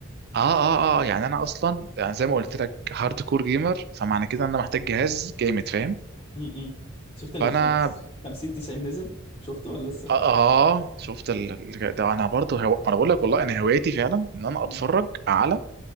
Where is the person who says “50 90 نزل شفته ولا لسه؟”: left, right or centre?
Left